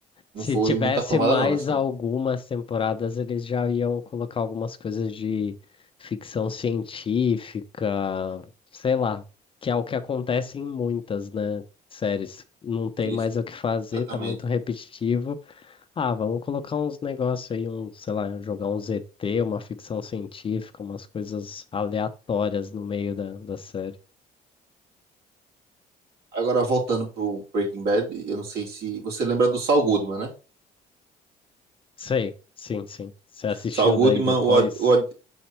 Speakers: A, on the right; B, on the left.
A: Não
B: Se
A: foi
B: tivesse
A: muito aclamada,
B: mais
A: não, essa.
B: algumas temporadas, eles já iam colocar algumas coisas de ficção científica, sei lá, que é o que acontece em muitas, né, séries. Não tem
A: Isso,
B: mais o que fazer,
A: exatamente.
B: tá muito repetitivo. Ah, vamos colocar uns negócios aí, um, sei lá, jogar um ZT, uma ficção científica, umas coisas aleatórias no meio da, da série.
A: Agora, voltando pro Breaking Bad, eu não sei se você lembra do Saul Goodman, né?
B: Sei, sim, sim. Você assistiu
A: Saul Goodman,
B: daí depois?
A: o, Od- o, Od-